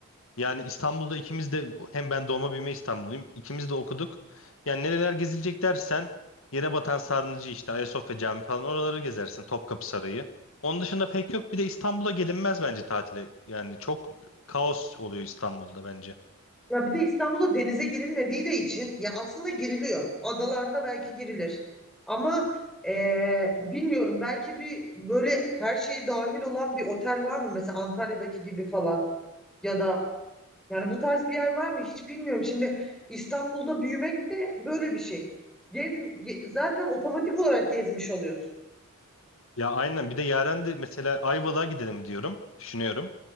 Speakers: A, on the left; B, in the centre.
A: Yani İstanbul'da ikimiz de hem ben doğma büyüme İstanbulluyum. İkimiz de okuduk. Yani nereler gezilecek dersen Yerebatan Sarnıcı işte Ayasofya Camii falan oraları gezersin. Topkapı Sarayı. Onun dışında pek yok. Bir de İstanbul'a gelinmez bence tatile. Yani çok kaos oluyor İstanbul'da bence.
B: Ya bir de İstanbul'da denize girilmediği de için ya aslında giriliyor. Adalarda belki girilir. Ama eee, bilmiyorum belki bir böyle her şey dahil olan bir otel var mı? Mesela Antalya'daki gibi falan. Ya da yani bu tarz bir yer var mı? Hiç bilmiyorum. Şimdi İstanbul'da büyümek de böyle bir şey. Gez, ge- zaten otomatik olarak gezmiş oluyorsun.
A: Ya aynen bir de Yaren de mesela Ayvalık'a gidelim diyorum. Düşünüyorum.